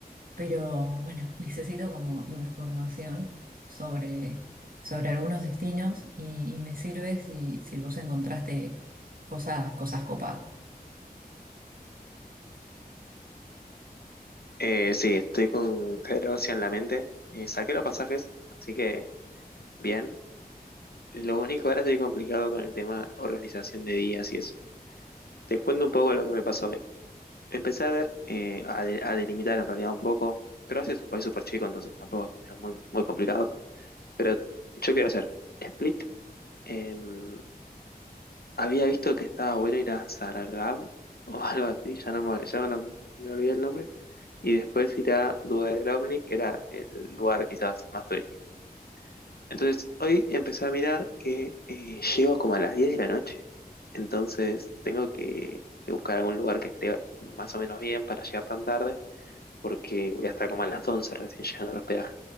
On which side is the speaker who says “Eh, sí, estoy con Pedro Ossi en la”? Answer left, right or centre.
Left